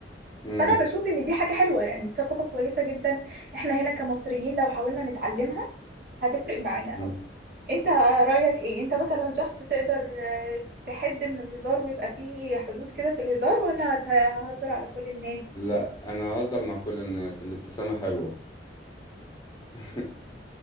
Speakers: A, on the left; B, on the right.
A: امم
B: فانا بشوف ان دي حاجة حلوة يعني دي ثقافة كويسة جدا احنا هنا كمصريين لو حاولنا نتعلمها هتفرق معانا
A: أمم.
B: قوي انت رأيك ايه انت مثلا شخص تقدر آه، تحد من الهزار ويبقى فيه حدود كده في الهزار ولا هت- ههزر على كل الناس
A: لا انا اهزر مع كل الناس الابتسامه حلوه <laughs>